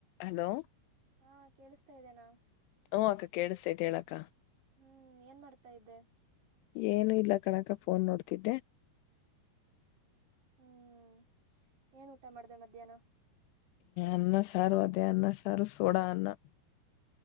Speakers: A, on the left; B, on the right.
A: Hello
B: ಹಾ ಕೇಳಿಸ್ತಾ ಇದೇನಾ
A: ಹಓ ಅಕ್ಕ ಕೇಳಿಸತೈತ್ ಹೇಳಾಕ್ಕ
B: ಹ್ಮ್ ಏನ್ ಮಾಡ್ತಾ ಇದ್ದೆ
A: ಏನು ಇಲ್ಲ ಕಣಕ ಫೋನ್ ನೋಡ್ತಿದ್ದೆ
B: ಹ್ಮ್ ಏನ್ ಊಟ ಮಾಡ್ದ ಮಧ್ಯಾಹ್ನ
A: ಅನ್ನ ಸಾರು ಅದೇ ಅನ್ನ ಸಾರು ಸೋಡ ಅನ್ನ